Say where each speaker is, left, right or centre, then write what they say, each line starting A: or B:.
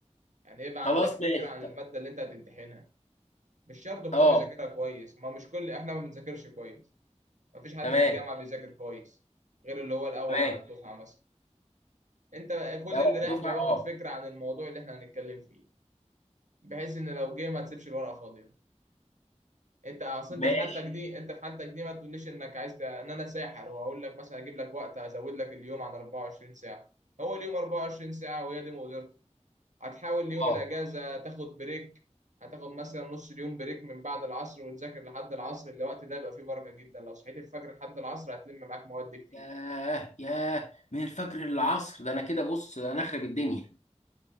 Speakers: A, on the right; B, on the left.
A: يعني يبقى
B: خلاص
A: عندك فكره
B: ماشي
A: عن الماده اللي انت هتمتحنها مش شرط
B: اه
A: تكون مذاكرها كويس ما مش كل احنا ما بنذاكرش كويس ما فيش حد
B: تمام
A: في الجامعه بيذاكر كويس غير اللي هو الاول
B: تمام
A: على الدفعه مثلا انت كل
B: يا اول
A: اللي رايح بيبقى
B: دفعه
A: واخد
B: اه
A: فكره عن الموضوع اللي احنا هنتكلم فيه بحيث ان لو جه ما تسيبش الورقه فاضيه انت اصل
B: ماشي
A: انت في حالتك دي انت في حالتك دي ما تقوليش انك عايز ت- ان انا ساحر واقول لك مثلا اجيب لك وقت ازود لك اليوم عن 24 ساعه هو اليوم 24 ساعه وهي دي مقدرته هتحاول
B: اه
A: يوم الاجازه تاخد بريك هتاخد مثلا نص اليوم بريك من بعد العصر وتذاكر لحد العصر الوقت ده يبقى فيه بركه جدا لو صحيت الفجر لحد العصر هتلم معاك مواد كتير
B: ياه ياه من الفجر للعصر ده انا كده بص انا اخرب الدنيا